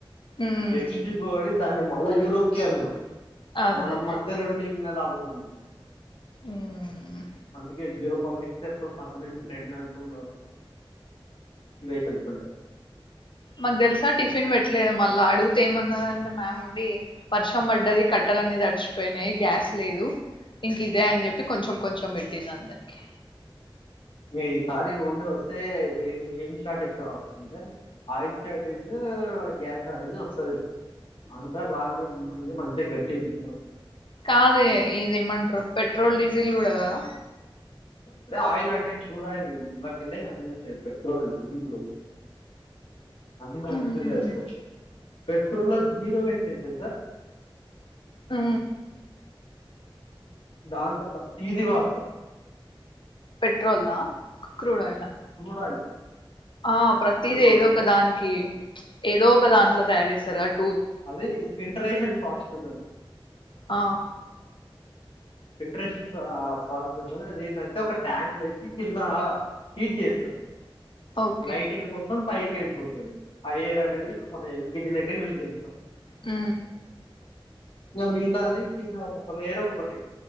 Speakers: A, on the left; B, on the left.
A: ఉమ్
B: డెడ్ చీప్ లో దాన్ని <unintelligible> మళ్ళా యూరోప్ కే అమిన్నాం
A: అదే
B: మనం మధ్యలో ఉండి ఇంకాలా పోమన్నది
A: ఉమ్
B: అందుకే జిరో పాలిటిక్స్ ఎప్పుడు పర్మనెంట్ ట్రెండ్ అంటు ఉండదు రిలేషన్స్ ఉంటాయి
A: మాకు తెలుసా టిఫిన్ పెట్టలేదు మళ్ళా అడుగుతే ఏమన్నదంటే మ్యామ్ ఉండి వర్షం పడ్డది కట్టలు అనేది అడిచిపోయినాయి గ్యాస్ లేదు ఇంకా ఇదే అని చెప్పి కొంచెం కొంచెం తిన్నం దరికి
B: న సారే ఒ వస్తే ఏ ఏ షార్టేజ్ కావచ్చ అంటే ఆయిల్ షార్టేజ్ గ్యాస్ షార్టేజ్ వస్తుంది అందరు లాక్డౌన్ మళ గట్టి తింట
A: కాదు ఇదిేమంటారు పెట్రోల్ డీజిల్ కూడా కదా
B: అదే ఆయిల్ అంటే క్రూడ్ ఆయిల్ ఇక పెట్రోల్ డీజిల్జ అ దాంట
A: ఉమ్
B: వవస్ వచ్చ పెట్రోల్ లో జీరో వేస్ట్ తెలుసా
A: ఆ
B: ద దాంట తతి వార్త
A: పెట్రోల్లా క్రడే ఆయిల్
B: క్రూడ్ ఆయిల్
A: ఆహ్
B: ఇప్పుడు
A: ఇది
B: మనకు
A: ఏదో ఒక దానికి ఏదో ఒక దాంట్లో తయారు చేస్తారు కాబట్టి
B: అదే ఫంటర్నేషల్ పాక్స్ అ
A: ఆ
B: ఫిల్టరేషన్ ప్రాసెస్ ఉంటుంది అది ఏంటంటే ఒక ట్యాంక్ లోయి కింద ఫీడ్ జెస్తారు
A: ఓకే
B: లైటింగ్ మొత్తం పైక్ వెళ్ిపోతుంది ఆ ఎయిర్ అనేది మన ఎల్పిజీ క యూజ్ చేస్తుంది
A: ఆ
B: ఇంక మిగతాది కింద ఒకొ లేర్ ఒకటి